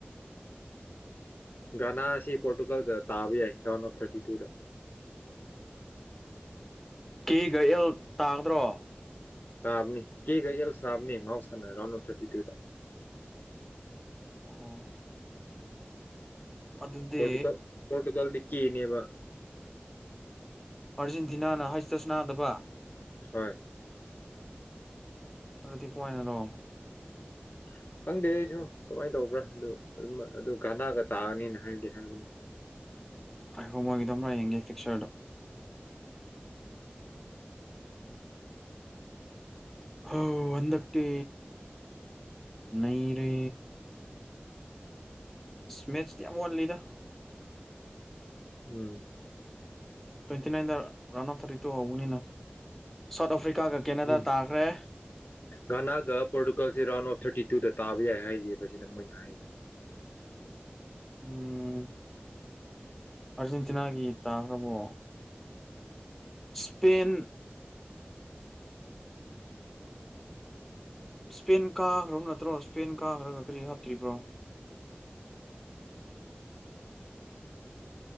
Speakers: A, on the left (about 50°); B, in the centre.
A: ꯒꯅꯥ ꯑꯁꯤ ꯄꯣꯔꯇꯨꯒꯜꯒ ꯇꯥꯕ ꯌꯥꯏ ꯔꯥꯎꯟ ꯑꯣꯐ ꯊꯥꯔꯇꯤ ꯇꯨꯗ
B: ꯀꯦꯒ ꯑꯦꯜ ꯇꯥꯗ꯭ꯔꯣ
A: ꯇꯥꯕꯅꯤ ꯀꯦꯒ ꯑꯦꯜꯁ ꯇꯥꯕꯅꯤ ꯃꯥꯥꯎꯎꯁꯅ ꯔꯥꯎꯟ ꯑꯣꯐ ꯊꯥꯔꯇꯤ ꯇꯨꯗ
B: ꯑꯣ ꯑꯗꯨꯗꯤ
A: ꯄꯣꯇꯨꯒꯜ ꯄꯣꯇꯨꯒꯜꯗꯤ ꯀꯦꯅꯦꯕ
B: ꯑꯥꯔꯖꯦꯟꯇꯤꯅꯥꯅ ꯍꯩꯆꯗ ꯁꯥꯟꯅꯗꯕ
A: ꯍꯣꯏ
B: ꯑꯗꯨꯗꯤ ꯀꯃꯥꯏꯅꯔꯣ
A: <unintelligible> ꯈꯪꯗꯦ ꯑꯩꯁꯨ ꯀꯃꯥꯏꯅ ꯇꯧꯕ꯭ꯔꯥ ꯑꯗꯨ ꯑꯗꯨ ꯒꯅꯥꯒ ꯇꯥꯔꯅꯤꯗꯤ ꯍꯥꯏꯗꯤ ꯍꯥꯏꯕꯅꯦ <inaudible>
B: ꯉꯥꯏꯈꯣ ꯑꯃꯨꯔꯛ ꯌꯦꯡꯒꯦ ꯄꯤꯛꯆꯔꯗꯣ ꯍꯣ ꯍꯟꯗꯛꯇꯤ ꯅꯩꯔꯦ ꯏꯁ ꯃꯦꯠꯁꯇꯤ ꯌꯥꯝ ꯋꯥꯠꯂꯤꯗ
A: ꯎꯝ
B: ꯇ꯭ꯋꯦꯟꯇꯤ ꯅꯥꯏꯟꯗ ꯔꯟ ꯑꯐ ꯊꯥꯔꯇꯤ ꯇꯨ ꯍꯧꯕꯅꯤꯅ ꯁꯥꯎꯠ ꯑꯐ꯭ꯔꯤꯀꯥꯒ ꯀꯦꯅꯥꯗꯥ
A: ꯎꯝ
B: ꯇꯥꯈ꯭ꯔꯦ
A: ꯒꯅꯥꯒ ꯄꯣꯔꯇꯨꯒꯜꯁꯤ ꯔꯥꯎꯟ ꯑꯣꯐ ꯊꯥꯔꯇꯤ ꯇꯨꯗ ꯇꯥꯕ ꯌꯥꯏ ꯍꯥꯏꯔꯤꯑꯦ ꯕꯁꯤꯗ ꯃꯣꯏꯅ ꯍꯥꯏꯔꯤ
B: ꯎꯝ ꯑꯥꯔꯖꯦꯟꯇꯤꯅꯥꯒꯤ ꯇꯥꯈ꯭ꯔꯕꯣ ꯁ꯭ꯄꯦꯟ ꯁ꯭ꯄꯦꯟ ꯀꯥꯈ꯭ꯔꯕ ꯅꯠꯇ꯭ꯔꯣ ꯁ꯭ꯄꯦꯟ ꯀꯥꯈ꯭ꯔꯒ ꯀꯔꯤ ꯍꯥꯞꯇ꯭ꯔꯤꯕ꯭ꯔꯣ